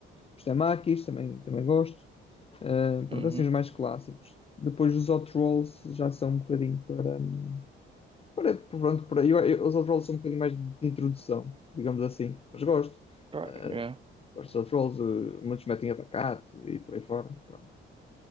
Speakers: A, on the left; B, on the right.
A: Os temakis, também, também gosto. Ah, pronto,
B: Uhum.
A: assim os mais clássicos. Depois os hot rolls já são um bocadinho para, hum, para- Pronto, por aí. Eu, eu- os outros são um bocadinho mais de introdução, digamos assim. Mas gosto.
B: Pá,
A: Eh,
B: é,
A: gosto de outros eh, muitos metem abacate e por aí fora. Pronto.